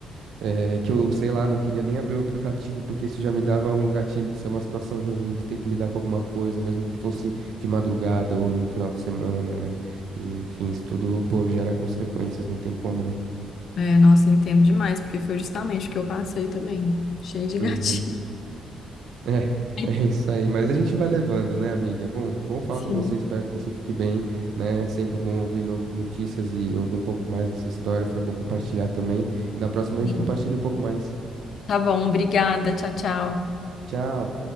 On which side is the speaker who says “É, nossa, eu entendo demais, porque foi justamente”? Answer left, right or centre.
Left